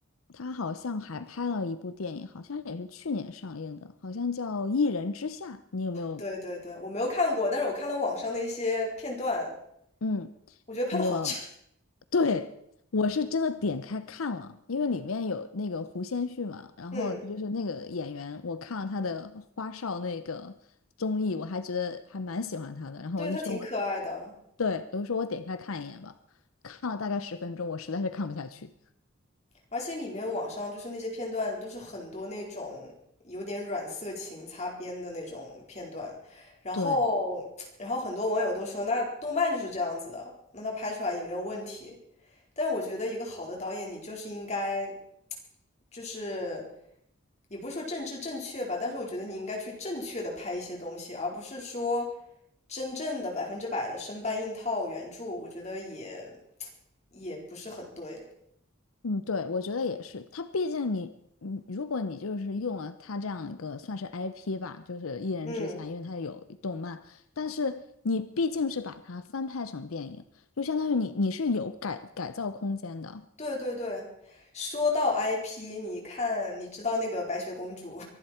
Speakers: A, on the left; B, on the left.
A: 他好像还拍了一部电影，好像也是去年上映的，好像叫《一人之下》。你有没有？
B: 对对对，我没有看过，但是我看了网上的一些片段，
A: 嗯，
B: 我觉得拍的好差。
A: 我，对，我是真的点开看了，因为里面有那个胡先煦嘛，然后就是那个演员，
B: 嗯，
A: 我看了他的花少那个综艺，我还觉得还蛮喜欢他的，然后我就说我。
B: 对，他挺可爱的。
A: 对，我就说我点开看一眼吧，看了大概十分钟，我实在是看不下去。
B: 而且里面网上就是那些片段都是很多那种有点软色情擦边的那种片段，然后然后很多网友都说，
A: 对，
B: 那动漫就是这样子的，那他拍出来也没有问题。但我觉得一个好的导演，你就是应该，就是也不是说政治正确吧，但是我觉得你应该去正确的拍一些东西，而不是说真正的百分之百的生搬硬套原著，我觉得也也不是很对。
A: 嗯，对，我觉得也是，它毕竟你，你如果你就是用了它这样一个算是 IP 吧，就是一人之下，
B: 嗯。
A: 因为它有动漫，但是你毕竟是把它翻拍成电影，就相当于你你是有改改造空间的。
B: 对对对，说到 IP，你看，你知道那个白雪公主，